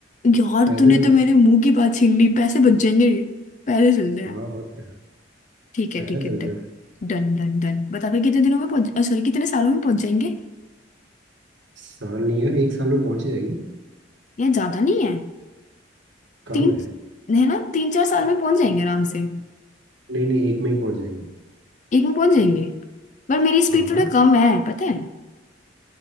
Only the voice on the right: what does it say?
पैदल
भी जा
हाँ और क्या
पैदल
चलते
हैं भाई
साल नहीं यार एक साल में पहुंच ही जाएगी
कम
है
नहीं नहीं एक में ही पहुंच जाएगी
हाँ हाँ